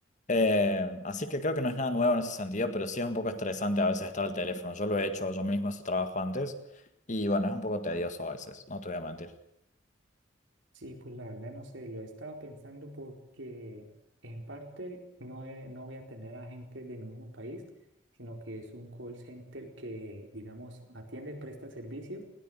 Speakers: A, on the left (about 40°); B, on the right (about 70°).
A: Eh, así que creo que no es nada nuevo en ese sentido, pero sí es un poco estresante a veces estar al teléfono. Yo lo he hecho yo mismo ese trabajo antes y bueno, es un poco tedioso a veces, no te voy a mentir.
B: Sí, pues la verdad no sé, lo he estado pensando porque en parte no, he- no voy a tener a gente del mismo país, sino que es un call center que, digamos, atiende y presta servicio